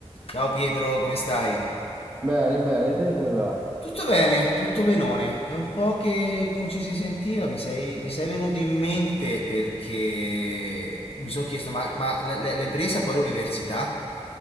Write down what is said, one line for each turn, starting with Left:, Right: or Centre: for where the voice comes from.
Left: Ciao Pietro, come stai?
Right: Bene, bene, te come va?
Left: Tutto bene, tutto benone. È un po' che non ci si sentiva, mi sei, mi sei venuto in mente perché mi sono chiesto, ma, ma l- l- l'hai presa poi l'università?